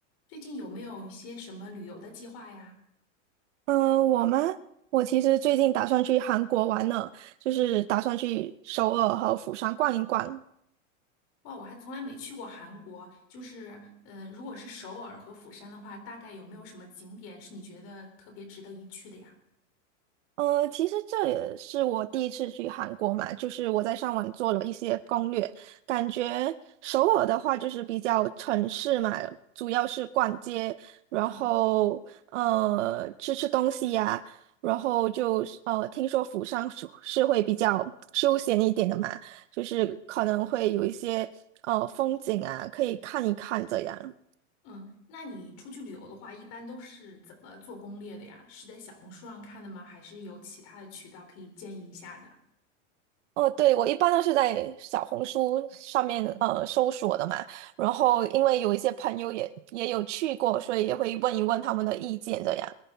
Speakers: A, on the left; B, on the right.
A: 最近有没有一些什么旅游的计划呀？
B: 嗯，我吗？我其实最近打算去韩国玩呢，就是打算去首尔和釜山逛一逛。
A: 哇，我还从来没去过韩国。就是，嗯、如果是首尔和釜山的话，大概有没有什么景点是你觉得特别值得一去的呀？
B: 呃，其实这也是我第一次去韩国嘛，就是我在上网做了一些攻略，感觉首尔的话就是比较城市嘛，主要是逛街，然后呃吃吃东西呀、
A: 嗯
B: 然后就是呃听说釜山是是会比较休闲一点的嘛，就是可能会有一些呃风景啊可以看一看这样。
A: 嗯，那你出去旅游的话，一般都是怎么做攻略的呀？是在小红书上看的吗？还是有其他的渠道可以建议一下的？
B: 哦，对，我一般都是在小红书上面呃搜索的嘛，然后因为有一些朋友也也有去过，所以也会问一问他们的意见这样。